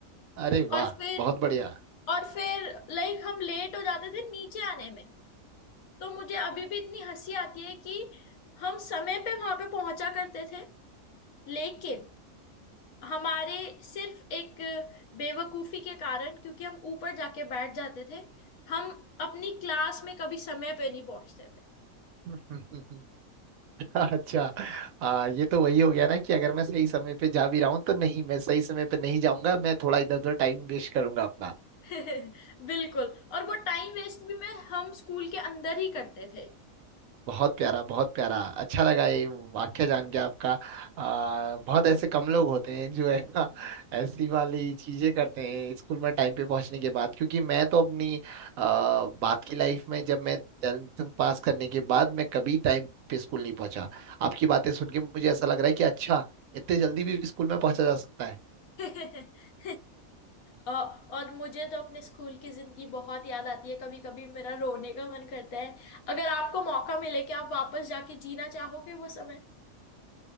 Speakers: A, on the right; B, on the left.
A: अरे
B: और
A: वाह
B: फिर
A: बहुत बढ़िया
B: और फिर लाइक हम लेट हो जाते थे नीचे आने में तो मुझे अभी भी इतनी हंसी आती है कि हम समय पे वहां पे पहुंचा करते थे लेकिन हमारे सिर्फ एक बेवकूफी के कारण क्योंकि हम ऊपर जाके बैठ जाते थे हम अपनी क्लास में कभी समय पे नहीं पहुंचते थे
A: <laughs> अच्छा आ, ये तो वही हो गया ना कि अगर मैं सही समय पे जा भी रहा हूँ तो नहीं मैं सही समय पे नहीं जाऊंगा मैं थोड़ा इधर उधर टाइम वेस्ट करूंगा अपना
B: <laughs> बिल्कुल और वो टाइम वेस्ट भी मैं हम स्कूल के अंदर ही करते थे
A: बहुत प्यारा बहुत प्यारा अच्छा लगा ये वाक्य जान के आपका आ, बहुत ऐसे कम लोग होते हैं जो है ना ऐसी वाली चीजें करते हैं स्कूल में टाइम पे पहुंचने के बाद क्योंकि मैं तो अपनी आ, बात की लाइफ में जब मैं टेंथ पास करने के बाद मैं कभी टाइम पे स्कूल नहीं पहुंचा आपकी बातें सुन के मुझे ऐसा लग रहा है कि अच्छा इतने जल्दी भी स्कूल में पहुंचा जा सकता है
B: <laughs> और और मुझे तो अपने स्कूल की जिंदगी बहुत याद आती है कभी कभी मेरा रोने का मन करता है अगर आपको मौका मिले कि आप वापस जाके जीना चाहोगे वो समय